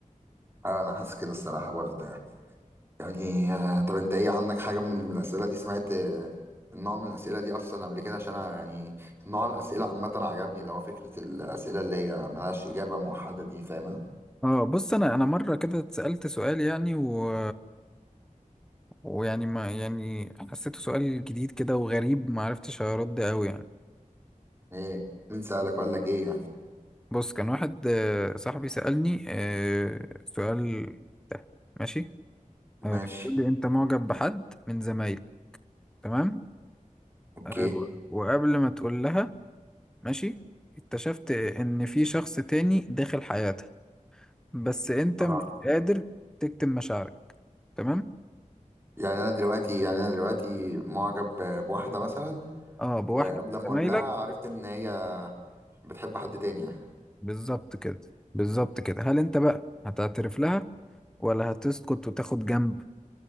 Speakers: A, on the right; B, in the centre.
A: اه انا حاسس كده الصراحه برضه يعني يعني آه، طب انت ايه عندك حاجه من الاسئله دي سمعت آه، النوع من الاسئله دي اصلا قبل كده عشان أنا يعني نوع الاسئله عامه عجبني اللي هو فكره الاسئله اللي هي ملهاش اجابه موحده دي فاهم
B: اه بص انا انا مره كده اتسالت سؤال يعني و... ويعني ما يعني حسيته سؤال جديد كده وغريب ما عرفتش ارد قوي يعني
A: ايه مين سألك وقال لك ايه يعني
B: بص كان واحد آه، صاحبي سالني آه، سؤال ده ماشي آه،
A: ماشي
B: بيقول لي انت معجب بحد من زمايلك تمام
A: اوكي
B: آه، وقبل ما تقول لها ماشي اكتشفت ان في شخص تاني داخل حياتها بس انت
A: راح
B: مش قادر تكتم مشاعرك تمام
A: يعني انا دلوقتي يعني انا دلوقتي معجب ب- بواحدة مثلا
B: اه بواحد
A: وقبل
B: من
A: ما
B: زمايلك
A: اقول لها عرفت ان هي بتحب حد تاني يعني
B: بالظبط كده بالظبط كده هل انت بقى هتعترف لها ولا هتسكت وتاخد جنب